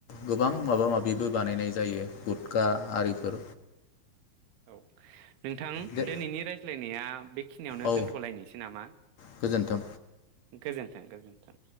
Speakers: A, on the left; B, on the right.
A: गोबां माबा माबिबो बानायनाय जायो गुुतका आरिफोर।
B: औ नोंथां
A: दे
B: दिनैनि रायज्लायनाया बेखिनियावनो
A: औ
B: दोनथलायनोसै नामा?
A: गोजोन्थों
B: गोजोन्थों गोजोन्थों।